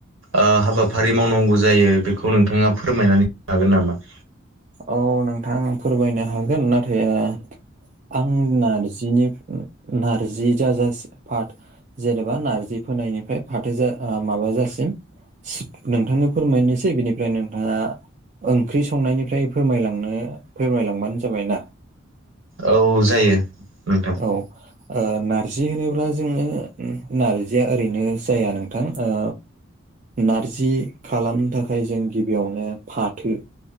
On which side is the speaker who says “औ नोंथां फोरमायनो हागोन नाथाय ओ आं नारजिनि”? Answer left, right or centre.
Right